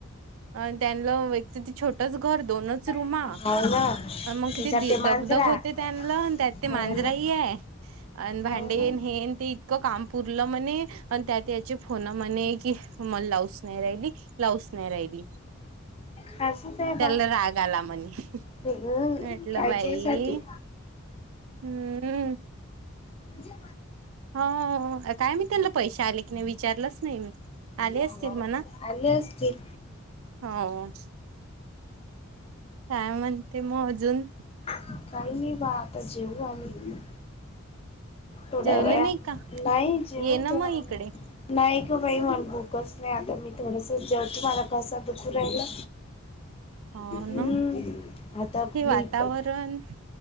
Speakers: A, on the right (about 70°); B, on the left (about 30°).
A: अ त्यांला एकत ते छोटच घर दोनच रुमा
B: हाव ना
A: मग
B: त्याच्यात
A: किती
B: ते मांजरा
A: दगधग होत. ते त्यांलं त्यात
B: हाव
A: ते मांजराही
B: ना
A: आहे आणि भांडेन
B: हाव ना
A: हेन ते. काम पुरलं म्हणे आणि त्यात याचे फोन म्हणे कि. मला लावच नाही राहिली, लावच नाही राहिली.
B: खासच आहे
A: त्याला
B: बा
A: राग आला म्हणे,
B: हम्म,
A: म्हटलं
B: काळजीसाठी
A: बाई हम्म.
B: जे,
A: हो काय मी त्यांना पैसे आले. विचारलंच नाही आले
B: हाव
A: असतील मणा,
B: का? आले असतील
A: हो काय म्हणते मग अजून
B: काही नाही बा आता जेऊ राहिले. थोड्या
A: जेवले
B: वेळा,
A: नाही का?
B: नाही जेऊ
A: ये ना
B: थोडा.
A: मग इकडे
B: नाही का बाई म्हण बूकच नाही आता मी थोडस जवतु मला कसा दुख राहिला.
A: हो
B: हम्म
A: ना
B: आता
A: हे वातावरण
B: मी प.